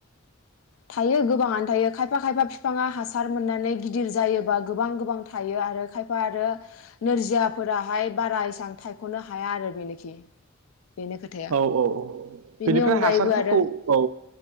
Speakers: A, on the left; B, on the right.
A: थायो गोबांङानो थायो खायफा खायफा बिफाङा हासार मोननानै गिदिर जायोबा गोबां गोबां थायो आरो खायफा आरो नोरजियाफोराहाय बारा इसेबां थायख'नो हाया आरो बेनोखि बेनो खोथाया
B: औ औ
A: बेनि
B: बेनिफ्राय
A: अनगायैबो
B: हासारफोरखौ
A: आरो
B: औ